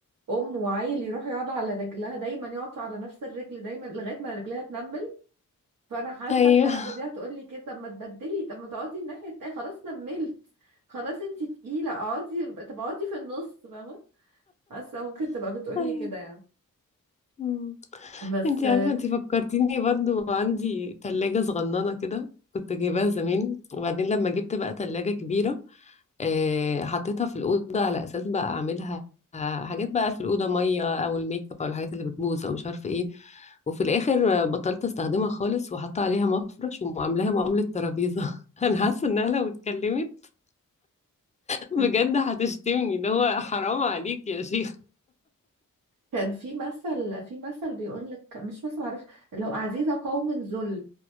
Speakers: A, on the right; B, on the left.
A: ام وعيل يروح يقعد على رجلها دايما يقعد على نفس الرجل دايما لغاية ما رجلها تنمل فانا حاسة
B: ايوه
A: الكنبة دي هتقولي كده طب ما تبدلي طب ما تقعدي الناحية التانية خلاص نملت خلاص انتي تقيلة اقعدي طب اقعدي في النص فاهمة حاسة ممكن تبقى بتقولي
B: أيوه. أي-
A: كده يعني
B: مم.
A: بس
B: انتي
A: آه،
B: عارفة انتي فكرتيني برضو عندي تلاجة صغننة كده كنت جايباها زمان وبعدين لما جبت بقى تلاجة كبيرة آه، حطيتها في الأوضة على أساس بقى أعملها آه، حاجات بقى في الأوضة مية أو الميك اب أو الحاجات اللي بتبوظ أو مش عارفة إيه وفي الآخر آه، بطلت أستخدمها خالص وحاطة عليها مفرش وعاملاها معاملة ترابيزة <laughs> أنا حاسة إنها لو اتكلمت بجد
A: <laughs>
B: هتشتمني اللي هو حرام عليك يا شيخ
A: كان في مثل في مثل بيقول لك مش مثل معرفش لو عزيزة قوم ذل